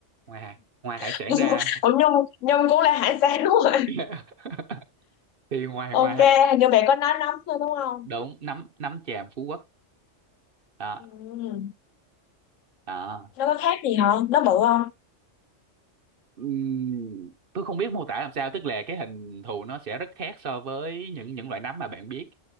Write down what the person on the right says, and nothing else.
ngoài ngoài hải
sản ra
<laughs> thì ngoài
ngoài
đúng nấm nấm tràm Phú Quốc đó
đó
Ừm, tôi không biết mô tả làm sao tức là cái hình thù nó sẽ rất khác so với những những loại nấm mà bạn biết